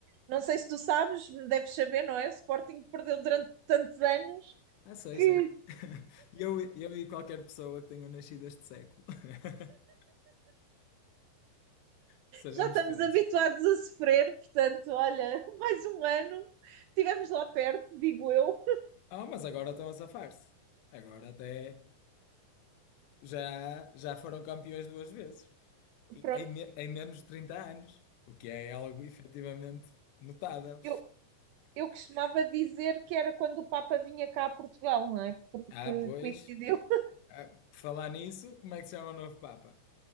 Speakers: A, on the right; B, on the left.
A: Não sei se tu sabes, deves saber, não é? O Sporting perdeu durante tantos anos
B: Ah, sei,
A: que
B: sei. <laughs> Eu, eu e qualquer pessoa que tenha nascido este século. <laughs> Sabemos
A: Já estamos
B: todos.
A: habituados a sofrer, portanto, olha, <laughs> mais um ano, estivemos lá perto, digo eu.
B: Ah, mas agora estão a safar-se. Agora até já, já foram campeões duas vezes. E
A: Pronto,
B: Em, me- em menos de 30 anos. O que é algo efetivamente notável.
A: eu, eu costumava dizer que era quando o Papa vinha cá a Portugal, não é? Porque
B: Ah, pois.
A: coincidiu.
B: Ah, por falar nisso, como é que se chama o novo Papa?